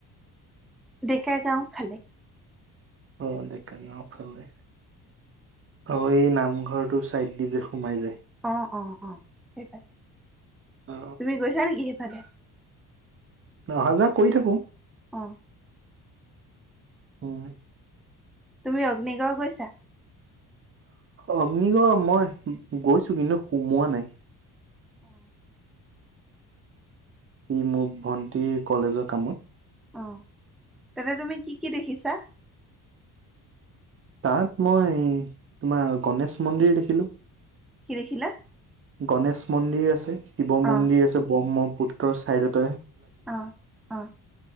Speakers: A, in the centre; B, on the right (about 35°).
A: ডেকা গাঁও ফালে।
B: অ ডেকা গাওঁ ফালে। অ এই নামঘৰটো চাইড দি যে সোমাই যায়,
A: অঁ অঁ অঁ সেইফালে
B: অ
A: তুমি গৈছা নেকি সেইফালে?
B: অহা যোৱা কৰি থাকো।
A: অ
B: হয়
A: তুমি অগ্নিগড় গৈছা?
B: অগ্নিগড় মই গৈছো কিন্তু সুমোৱা নাই।
A: অ
B: ই মোৰ ভন্টিৰ কলেজৰ কামত।
A: অ, তাতে তুমি কি কি দেখিছা?
B: তাত মই তোমাৰ গণেশ মন্দিৰ দেখিলোঁ।
A: কি দেখিলা?
B: গনেশ মন্দিৰ আছে, শিৱ মন্দিৰ
A: অ',
B: আছে ব্ৰহ্মপুত্ৰৰ ছাইদতে।
A: অ' অ'।